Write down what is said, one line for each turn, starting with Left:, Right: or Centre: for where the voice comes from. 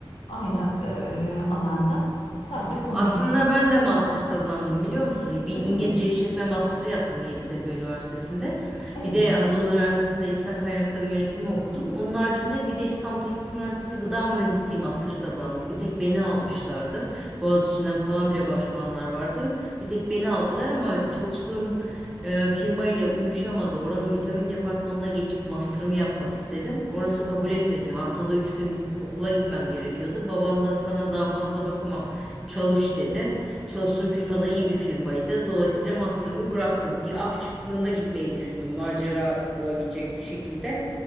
Left: Aynı e, alanda. Sadece konumuzu
Centre: Aslında ben de master kazandım biliyor musun? Bir
Left: öyle
Centre: İngilizce
Left: mi?
Centre: işletme master'ı yaptım Yeditepe Üniversitesi'nde.
Left: Evet.
Centre: Bir de Anadolu Üniversitesi'nde İnsan Kaynakları Yönetimi okudum. Onun haricinde bir de İstanbul Teknik Üniversitesi Gıda Mühendisliği master'ı kazandım. Bir tek beni almışlardı. Boğaziçi'nden falan bile başvuranlar vardı. Bir tek beni aldılar ama çalıştığım e, firma ile uyuşamadı. Oranın vitamin departmanına geçip master'ımı yapmak istedim. Orası kabul etmedi. Haftada 3 gün okula gitmem gerekiyordu. Babam da sana daha fazla bakamam. Çalış dedi. Çalıştığım firmada iyi bir firmaydı. Dolayısıyla master'ımı bıraktım. Bir af çıktığında gitmeyi düşündüm. Macera olabilecek şekilde.